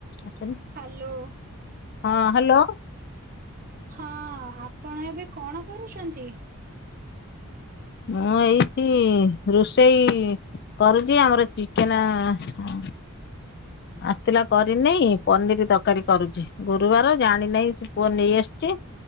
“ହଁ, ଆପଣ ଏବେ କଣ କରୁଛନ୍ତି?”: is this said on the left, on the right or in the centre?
Right